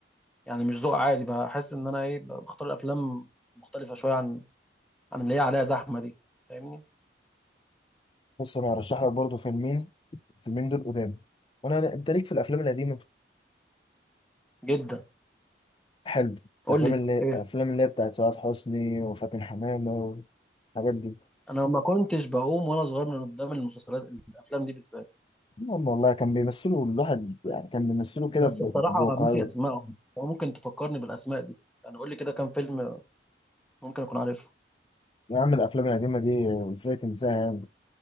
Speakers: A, in the centre; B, on the left.
A: يعني مش ذوق عادي بحس ان انا ايه بختار الافلام مختلفه شويه عن عن اللي هي عليها زحمه دي فاهمني
B: بص انا هرشح لك برضه فيلمين الفيلمين دول قدام وانا انت ليك في الافلام القديمه
A: جدا
B: حلو
A: قول
B: الافلام
A: لي
B: اللي الافلام
A: ايه
B: اللي هي بتاعت سعاد حسني وفاتن حمامه والحاجات دي
A: انا ما كنتش بقوم وانا صغير من قدام المسلسلات الافلام دي بالذات
B: المهم والله كان بيمثلوا الواحد يعني كان بيمثلوا كده
A: بس
B: ب-
A: بصراحه
B: بواقعيه
A: ناسي اسمائهم ممكن تفكرني بالاسماء دي يعني قول لي كده كام فيلم ممكن اكون عارفه
B: يا عم الافلام القديمه دي ازاي تنساها يعني